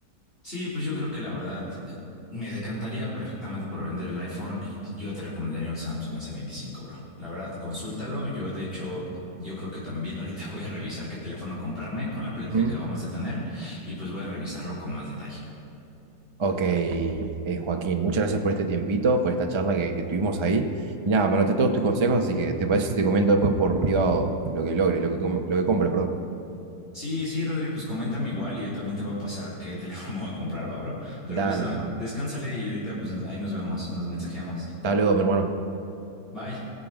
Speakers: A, on the left (about 35°); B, on the right (about 30°).
A: Sí, pues yo creo que la verdad eh, me decantaría perfectamente por vender el iPhone y yo te recomendaría un Samsung s veinticinco, bro. La verdad, consúltalo. Yo, de hecho, yo creo que también ahorita <laughs> voy a revisar qué teléfono comprarme con la plática
B: Ujú.
A: que acabamos de tener y pues voy a revisarlo con más detalle.
B: Ok, eh, Joaquín, muchas gracias por este tiempito, por esta charla que, que tuvimos ahí. Y nada, me anoté todos tus consejos, así que te parece si te comento después por privado lo que logre, lo que, com- lo que compre, perdón.
A: Sí, sí, Rodri, pues coméntame igual y yo también te voy a pasar qué <laughs> teléfono voy a comprar, va, bro. Pero
B: Dale,
A: pues va,
B: hermano.
A: descánsale y ahorita pues ahí nos vemos, nos mensajeamos.
B: Hasta luego, mi hermano.
A: Bye.